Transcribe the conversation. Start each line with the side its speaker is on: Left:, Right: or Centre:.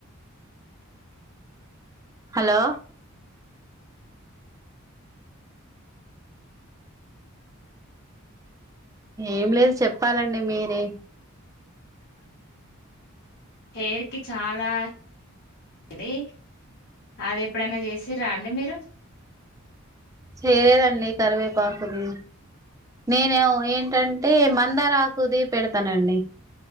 Right: హలో ఏం లేదు చెప్పాలండి మీరే
Left: హెయిర్ కి చాలా ల్తీ అ అది ఎప్పుడైనా చేసి రండి మీరు
Right: చేయలేదండి కరివేపాకుది నేను ఏంటంటే మందారం ఆకుది పెడతానండి